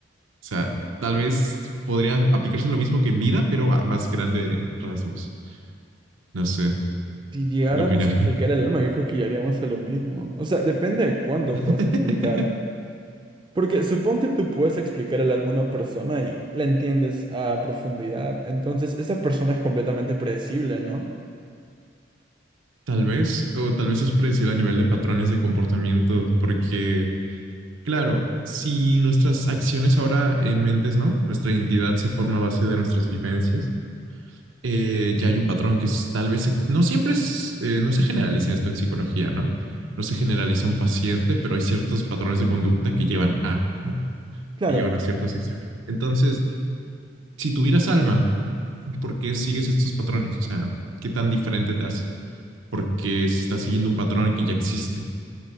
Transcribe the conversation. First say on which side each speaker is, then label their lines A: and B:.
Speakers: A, on the right; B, on the right.
A: sea, tal vez podría aplicarse lo mismo que en vida, pero a más grandes rasgos. No sé,
B: si llegáramos
A: ¿tú qué opinas?
B: a explicar el alma, yo creo que ya haríamos a lo mismo. O sea, depende de cuánto
A: <laughs>
B: puedas explicar. Porque supón que tú puedes explicar el alma a una persona y la entiendes a profundidad. Entonces, esa persona es completamente predecible, ¿no?
A: Tal vez, o tal vez es predecible a nivel de patrones de comportamiento, porque, claro, si nuestras acciones ahora en mentes, ¿no? Nuestra identidad se forma a base de nuestras vivencias. eh, ya hay un patrón que es- tal vez, se- no siempre es, eh, no se generaliza esto en psicología, ¿no? No se generaliza un paciente, pero hay ciertos patrones de conducta que llevan a, ¿no?
B: Claro.
A: Que llevan a ciertas acciones. Entonces, si tuvieras alma, ¿por qué sigues estos patrones? O sea, ¿qué tan diferente te hace? porque se está siguiendo un patrón que ya existe,